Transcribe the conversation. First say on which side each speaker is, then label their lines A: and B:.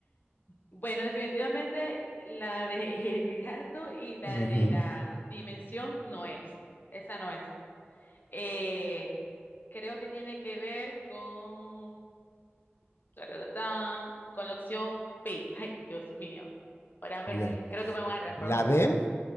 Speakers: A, on the left (about 50°); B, on the left (about 80°).
A: Bueno, definitivamente la de <laughs> el gato y la
B: Ujú.
A: de la dimensión no es. Esa no es. Eh, creo que tiene que ver con, taratatán, con la opción P. Ay, Dios mío. Ahora me,
B: la,
A: creo que me voy a raspar,
B: la
A: vamos
B: B.
A: a ver.